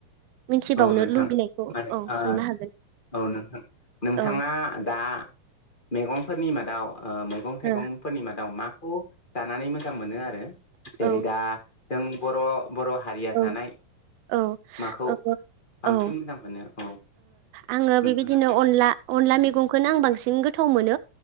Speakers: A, on the right; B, on the left.
A: मिथिबावनो
B: औ नोंथां
A: लुबैनायखौ
B: माने
A: औ
B: ओ
A: सोंनो हागोन।
B: औ नोंथां नोंथाङा
A: औ
B: दा मैगंफोरनि मादाव ओ मैगं थाइगंफोरनि
A: ओ
B: मादाव माखौ जानानै मोजां मोनो आरो आरो जेरै
A: औ
B: दा जों बर' बर' हारिया
A: औ
B: जानाय
A: औ
B: माखौ
A: <unintelligible>
B: बांसिन
A: औ ओ
B: मोजां मोनो औ
A: आङो
B: नोंथाङा
A: बेबायदिनो अनला अनला मेगंखौनो <unintelligible> बांसिन गोथाव मोन